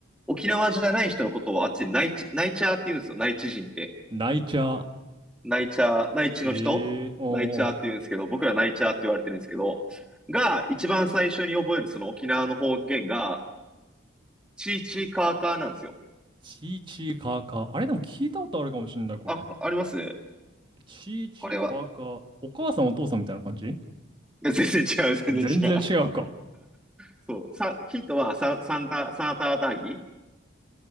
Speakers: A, in the centre; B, on the right.
A: 沖縄じゃない人のことをあっちで内地、内チャーって言うんですよ。内地人って。
B: 泣いちゃう。
A: 内チャー、内地の人内チャーって言うんですけど、
B: ええおうおう。
A: 僕ら内チャーって言われてるんですけど、が一番最初に覚えるその沖縄の方言が、チーチーカーカーなんですよ。
B: チーチーカーカー。あれでも聞いたことあるかもしれない、これ。
A: あ、あります
B: チーチーカーカー。
A: これは。
B: お母さんお父さんみたいな感じ
A: いや全然違う、全然違う。
B: 全然違うか。
A: そう。さ、ヒントはサ、サンタ、サーターアンダギー